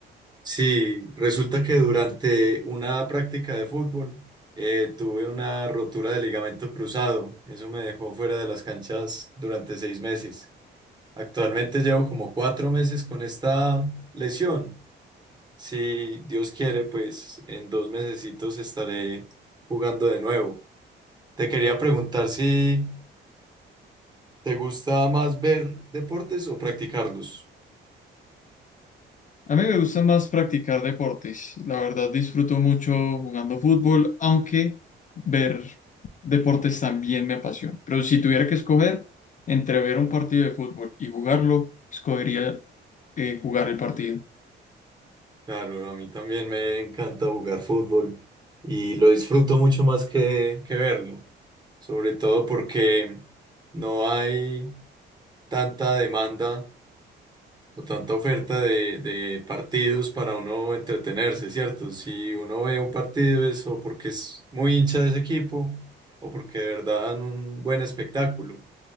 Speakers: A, on the right; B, on the left.
A: Sí, resulta que durante una práctica de fútbol eh, tuve una rotura de ligamento cruzado. Eso me dejó fuera de las canchas durante seis meses. Actualmente llevo como cuatro meses con esta lesión. Si Dios quiere, pues en dos mesecitos estaré jugando de nuevo. Te quería preguntar si te gusta más ver deportes o practicarlos.
B: A mí me gusta más practicar deportes. La verdad disfruto mucho jugando fútbol, aunque ver deportes también me apasiona. Pero si tuviera que escoger entre ver un partido de fútbol y jugarlo, escogería eh, jugar el partido.
A: Claro, a mí también me encanta jugar fútbol y lo disfruto mucho más que, que verlo, sobre todo porque no hay tanta demanda o tanta oferta de, de partidos para uno entretenerse, ¿cierto? Si uno ve un partido es o porque es muy hincha de ese equipo o porque de verdad dan un buen espectáculo